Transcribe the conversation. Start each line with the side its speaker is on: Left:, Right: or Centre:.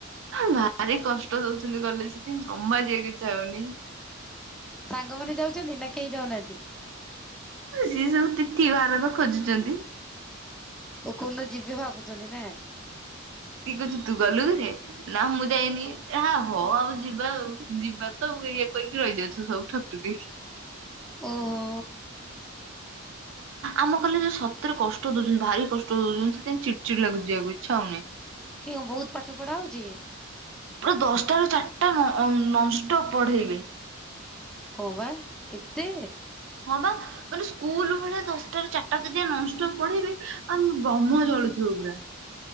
Right: ଭାରି କଷ୍ଟ ଦଉଛନ୍ତି ଗଲେ ସେଥିାଇ ଜମା ଯିବାକଛ ହଉନି।
Centre: ସାଙ୍ଗମାନୋନେ ଯାଉଛନ୍ତି ନା କେହି ଯାଉନାହାନ୍ତି।
Right: ସେ ସବୁ ତିଥି ଭାରତ ଖୋଜୁଛନ୍ତି।
Centre: ପକୁନ୍ତ ଯିବି ଭାବୁଛନ୍ତି ନା।
Right: କିଏ କହୁଛୁ ତୁ ଗଲୁରେ। ନା ମୁଁ ଯାଇନି ହଉ ଆଉ ଯିବା ଆଉ ଯିବା ତ ଇଏ କହିକି ରହିଯାଉଛ ସବୁ ଠକ୍ଠକ ହେଇକି
Centre: ଓହୋ।
Right: ଆମ କଲେ ଯଉ ସତରେ କଷ୍ଟ ଦଉଛନ୍ତି ଭାରି କଷ୍ଟ ଦଉଛନ୍ତି ସେଥିାଇଁ ଚି ଚିଡ ଲାଗକୁ ଯିବାକୁ ଇଚଛା ହଉନହିଁ।
Centre: କେ ବହୁତ ପାଠ ପଢ଼ା ହଉଛି।
Right: ପୁରା ଦଶଟା ର ଚାରିଟା ନନଷ୍ଟ ପଢେଇବେ।
Centre: କୋବା ଏତେ
Right: ହଁ ବା। ମାନେ ସ୍କୁଲ ଭଳିଆ ଦଶଟାରୁ ଚାରିଟା ଯଦି ନପ୍ ପଢେଇବେ ଆଉ ବ୍ରହ୍ମ ଜଳୁଥିବ ପୁରା।